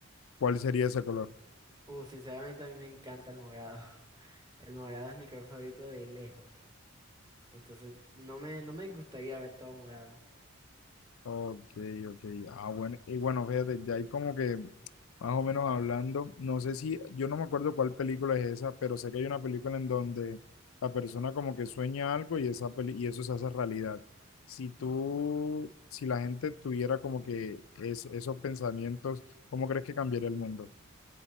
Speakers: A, on the left; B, on the right.
A: ¿Cuál sería ese color?
B: Uh, sinceramente a mí me encanta el morado. <laughs> El morado es mi color favorito de lejos. Entonces, no me, no me gustaría ver todo morado.
A: Ok, ok. Ah, bueno. Y bueno, fíjate, ya hay como que más o menos hablando. No sé si, yo no me acuerdo cuál película es esa, pero sé que hay una película en donde la persona como que sueña algo y, esa peli- y eso se hace realidad. Si tú, si la gente tuviera como que es, esos pensamientos, ¿cómo crees que cambiaría el mundo?